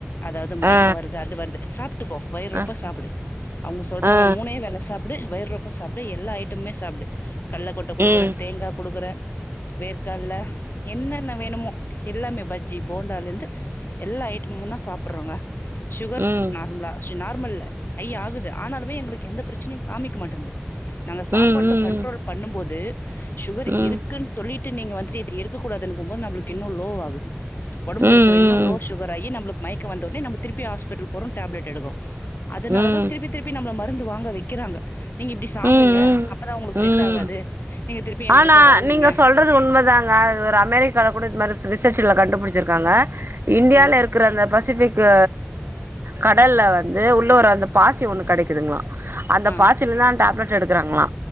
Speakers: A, on the left; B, on the right.
A: அதாவ்து மயக்க
B: ஆ
A: வருது அது வருது சாப்ட்டுக்கோ வயிறு
B: அ
A: ரொப்ப சாப்புடு அவ்ங்க சொல்றாங்கன்னு
B: ஆ
A: மூணே வேல சாப் டு வயிறு ரொப்ப சாப்டு எல்லா ஐட்டமுமே சாப்டு கட்லக்கொட்ட குடுக்குறே
B: ம்
A: தேங்கா குடுக்குறே வேர்கட்ல என்னென்ன வேணுமோ எல்லாமே பஜ்ஜி போண்டாலருந்து எல்லா ஐட்டமும் தா சாப்புட்றாங்க சுகர்
B: ம்
A: நார்ம்லா நார்மல் இல்ல ஹை ஆகுது ஆனாலுமே எங்களுக்கு எந்த பிரச்சனையு காமிக்க மாட்டின்து நாங்க சாப்பாட்ட
B: ம் ம்
A: கண்ட்ரோல் பண்ணும்போது சுகர்
B: ம்
A: இருக்குன் சொல்லிட்டு நீங்க வந்துட்டு இத எடுக் க்க கூடதுன்னு போம்போது நம்மளுக்கு இன்னு லோ ஆகுது ஒடம்புல
B: ம் ம்
A: இருக்குற இன்னு லோ சுகர் ஆகி நம்மளுக்கு மயக்க வந்தோனே நம்ம திருப்பி ஹாஸ்பிட்டல் போறோ டேப்லட் எடுக்குறோ அதனால
B: ம் ம்
A: தா திருப்பி திருப்பி நம்மள மருந்து வாங்க வெக்கிறாங்க நீங்க இப்டி சாப்டுங்க
B: ம்
A: அப்ப தா ஒங்களுக்கு செட்
B: ம்
A: ஆகாது
B: ம்
A: நீங்க திருப்பி எங்ககிட்ட
B: ஆனா
A: வருவீங்க
B: நீங்க சொல்றது உண்மதாங்க இது ஒரு அமெரிக்கால கூட இது மாரி ரிசர்ச்சுல கண்டுபுடிச்சிருக்காங்க இந்தியால
A: ம்.
B: இருக் க்கிற அந்த பசிஃபிக்கு கடல்ல வந்து உள்ள ஒரு அந்த பாசி ஒன்னு கெடைக்குதுங்ளா அந்த
A: ஆ.
B: பாசிலதா டேப்லெட் எடுக்கிறாங்களா